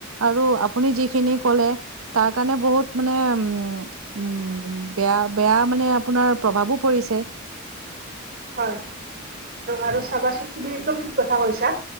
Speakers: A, on the right (about 75°); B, on the right (about 50°).
A: আৰু আপুনি যিখিনি যিখিনি কলে তাৰ কাৰণে মানে বহুত মানে উম উম বেয়া বেয়া আপুনি আপোনাৰ প্ৰভাৱো পৰিছে।
B: হয়। আৰু চাবাচোন তুমি একদম ঠিক কথা কৈছা